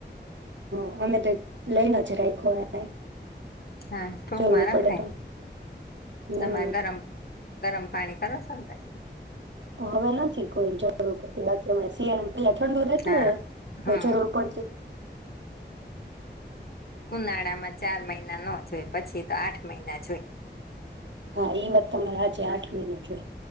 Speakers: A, on the right; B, on the left.
A: હ અમે તો લઈને જ રાયખો હે.
B: હા થોકમાં
A: જરૂર
B: રખાય,
A: પડે તો હમ
B: તમારે ગરમ. ગરમ પાણી કરો છો ને પછી.
A: હવે નથી કોઈ જરૂર પડતી બાકી હમણા શિયાળ પ ઠંડુ રહેેતું
B: હા
A: ને, તો
B: હમ
A: જરૂર પડતી.
B: ઉનાળામાં ચાર મહિના ન જોય પછી તો આઠ મહિના જોય.
A: હા ઈ વાત તમારે આજે આઠ મહિના જોઈ.